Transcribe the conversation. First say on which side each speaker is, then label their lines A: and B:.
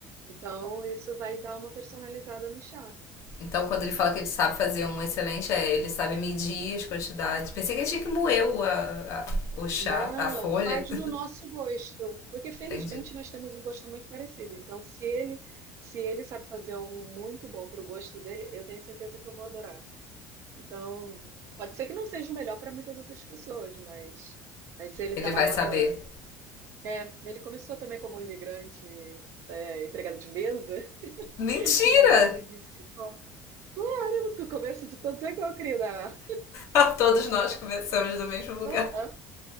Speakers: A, on the right; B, on the left.
A: Então, isso vai dar uma personalizada no chá.
B: Então quando ele fala que ele sabe fazer um excelente, é, ele sabe medir as quantidades. Pensei que ele tinha que moer o, a- a- o chá,
A: Não,
B: a folha.
A: faz
B: <laughs>
A: no nosso gosto, porque felizmente
B: Entendi.
A: nós temos um gosto muito parecido. Então, se ele, se ele sabe fazer um muito bom para o gosto dele, eu tenho certeza que eu vou adorar. Então, pode ser que não seja o melhor para muitas outras pessoas, mas, mas ele
B: Ele
A: trabalhava,
B: vai saber.
A: é, ele começou também como imigrante, é, empregado de mesa, <laughs>
B: Mentira!
A: e aí ele disse que ficou, caramba, tu começa de todos é igual, querida.
B: <laughs> Todos nós começamos do mesmo lugar.
A: <laughs>